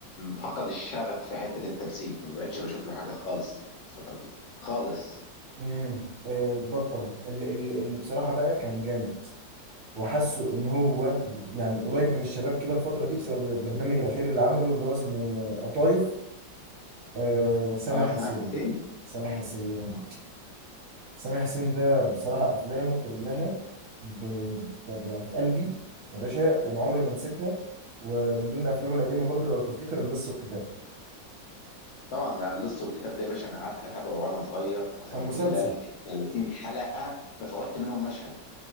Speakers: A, on the left; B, on the right.
A: فقد الشغف في حتة التمثيل ما بقتش بشوف له حاجة خالص الفترة دي خالص
B: امم آه، بطل اللي, اللي, اللي بصراحة بقى كان جامد وحاسه إن هو يعني قريب من الشباب كده الفترة دي بسبب البرنامج الأخير اللي عمله اللي هو اسمه قطايف آه، سامح
A: اه
B: حسين
A: سامح حسين
B: سامح حسين
A: آه.
B: سامح حسين ده بصراحة أفلامه كلها ب... ب- يعني في قلبي يا باشا وعمري ما نسيتها ومن ضمن أفلامه القديمة برضه لو تفتكر اللص والكتاب
A: طبعا ده لص والكتاب ده يا باشا انا قعدت اتابعه وانا صغير قسما
B: كان مسلسل
A: بالله ال 30 حلقه ما فوتت منهم مشهد